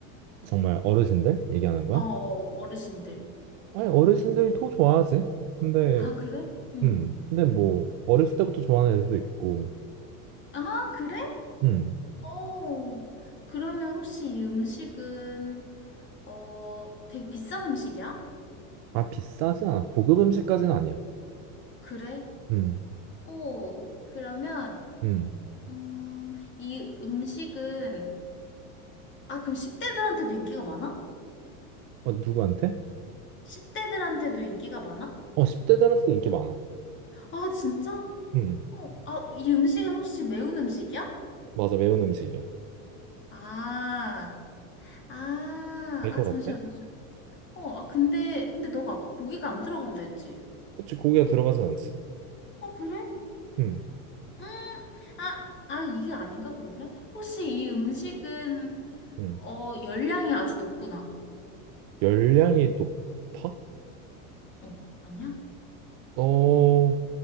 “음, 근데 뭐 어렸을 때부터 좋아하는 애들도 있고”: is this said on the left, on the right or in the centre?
Right